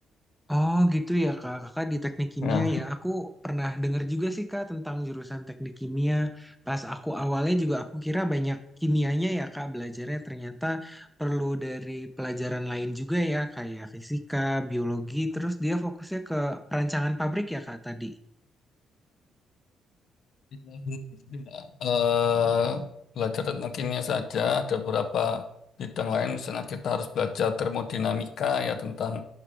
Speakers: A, in the centre; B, on the left (about 65°).
A: Oh gitu ya Kak, Kakak di teknik kimia
B: Ya.
A: ya. Aku pernah denger juga sih Kak tentang jurusan teknik kimia. Pas aku awalnya juga aku kira banyak kimianya ya Kak belajarnya ternyata perlu dari pelajaran lain juga ya kayak fisika, biologi. Terus dia fokusnya ke perancangan pabrik ya Kak tadi.
B: Tidak. eh belajar tentang kimia saja, ada beberapa bidang lain, misalnya kita harus belajar termodinamika ya tentang